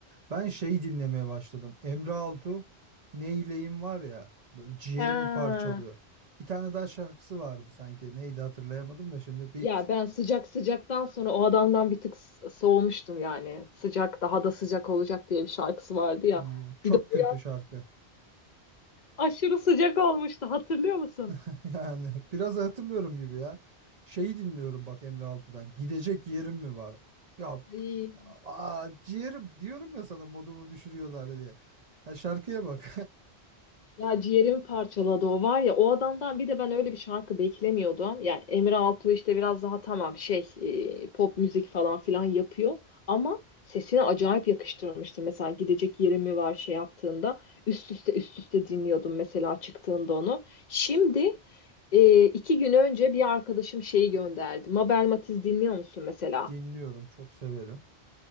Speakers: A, on the right; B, on the left.
A: Ben şey dinlemeye başladım. Emre Altu Neyleyim var ya böyle ciğerimi
B: Ha.
A: parçalıyor. Bir tane daha şarkısı vardı sanki. Neydi hatırlayamadım da şimdi bir
B: Ya ben sıcak sıcaktan sonra o adamdan bir tık s- soğumuştum yani. Sıcak daha da sıcak olacak diye bir şarkısı vardı ya.
A: Oo, çok
B: Bir de o
A: kötü şarkı.
B: Aşırı sıcak olmuştu hatırlıyor musun?
A: <laughs> Yani biraz hatırlıyorum gibi ya. Şeyi dinliyorum bak Emre Altu'dan. Gidecek yerim mi var? Ya
B: Ay,
A: aa, ciğerim diyorum ya sana modumu düşürüyorlar diye. Ya şarkıya bak.
B: ya ciğerimi parçaladı o var ya o adamdan bir de ben öyle bir şarkı beklemiyordum. Ya Emre Altuğ işte biraz daha tamam şey e, pop müzik falan filan yapıyor ama sesine acayip yakıştırmıştı. Mesela gidecek yerim mi var şey yaptığında üst üste üst üste dinliyordum mesela çıktığında onu. Şimdi e, iki gün önce bir arkadaşım şeyi gönderdi. Mabel Matiz dinliyor musun mesela?
A: <laughs> Dinliyorum çok severim.